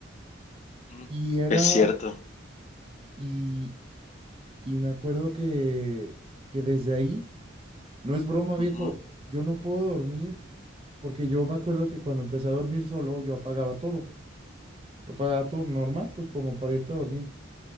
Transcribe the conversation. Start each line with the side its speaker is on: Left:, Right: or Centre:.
Left: Ujú.
Right: Y era,
Left: Es cierto.
Right: y, y me acuerdo que, que desde ahí, no es broma, viejo,
Left: Ujú,
Right: yo no puedo dormir, porque yo me acuerdo que cuando empecé a dormir solo, yo apagaba todo. Yo apagaba todo normal, pues como para irte a dormir.